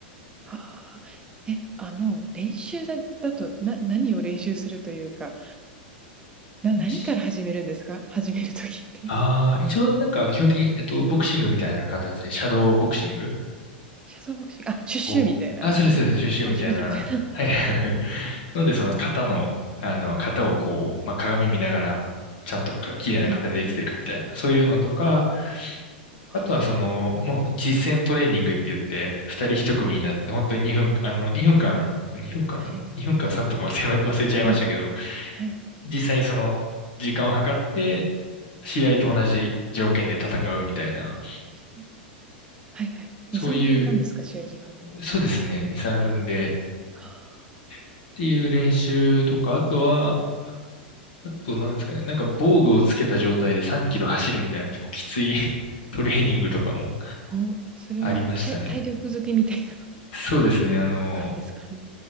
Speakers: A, on the right; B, on the left.
A: はあ。え、あの、練習だだと、な何を練習するというか、
B: 練習
A: な何から始めるんですか？始める時って。
B: ああ、
A: <laughs>
B: 一応なんか基本的に、えっと、ボクシングみたいな形で、シャドーボクシング
A: シャボクシングあ、シュッシュみたいな、
B: こう、あ、それそれそれ、シュッシュみたいな。
A: パチパチみたいな。
B: はい。<laughs> ので、その型の、あの、型をこう、まあ、鏡見ながら、ちゃんとか綺麗な型でできてるかみたいな。
A: はい。
B: そういうのとか、
A: は
B: あとはその、
A: あ、
B: もう実践トレーニングって言って、
A: どっちか
B: 二人一組になって、本当に2分、あの、2分間、2分間だ、
A: はい。
B: 2分間3分か忘れま、<laughs> 忘れちゃいましたけど、
A: はい。はい。
B: 実際にその、時間を測って、試合と同じ条件で戦うみたいな、
A: シュッとはいはい。
B: そういう
A: 2、3分なんですか？試合時間が。
B: そうですね。2、3分で。
A: はあ。
B: っていう練習とか、あとは、あと何ですかね。なんか防具をつけた状態で3キロ走るみたいな結構きつい <laughs> トレーニングとかも
A: おそれはたい体力づけみたいな
B: ありましたね。そうですね。あの、
A: 感じですかね。